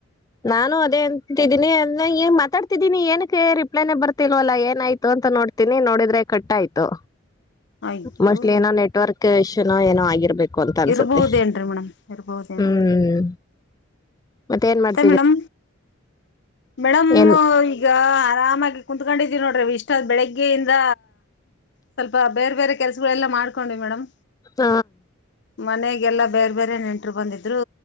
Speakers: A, on the left; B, on the left.
A: ನಾನು ಅದೇ ಅಂತಿದ್ದೀನಿ <unintelligible> ಮಾತಾಡ್ತಿದ್ದೀನಿ ಏನಕ್ಕೆ ರಿಪ್ಲೈನೆ ಬರ್ತಿಲ್ವಲ್ಲಾ ಏನಾಯ್ತು ಅಂತ ನೋಡ್ತೀನಿ ನೋಡಿದ್ರೆ ಕಟ್ ಆಯ್ತು.
B: ಅಯ್ಯೋ
A: ಮೋಸ್ಟ್ಲಿ ಏನ ನೆಟ್ವರ್ಕ್ ಇಶ್ಯು ತ್ತೇನೋ ಏನೋ ಆಗಿರ್ಬ್ ಬೇಕು ಅಂತ ಅನ್ಸುತ್ತೆ
B: ಇರ್ಬೋದೇನ್ರಿ ಮೇಡಮ್ ಇರ್ಬೋದೇನೋ
A: ಹ್ಮ್ ಮತ್ತೆ ಏನ್ ಮಾಡ್
B: ಮೇಡಂ ಮೇಡಂ
A: ಏನ್
B: ಈಗ ಆರಾಮಾಗಿ ಕುೂತ್ಕೊಂಡಿದೀ ನೋಡ್ರಿ ಇಷ್ಟಾದ್ ಬೆಳಿಗ್ಗೆಯಿಂದ ಸ್ವಲ್ಪ ಬೇರೆ ಬೇರೆ ಕೆಲ್ಸಗಳೆಲ್ಲ ಮಾಡ್ಕೊಂಡ್ವಿ ಮೇಡಮ್.
A: ಹ
B: ಮನೆಗೆಲ್ಲಾ ಬೇರೆ ಬೇರೆ ನೆಂಟ್ರು ಬಂದಿದ್ರು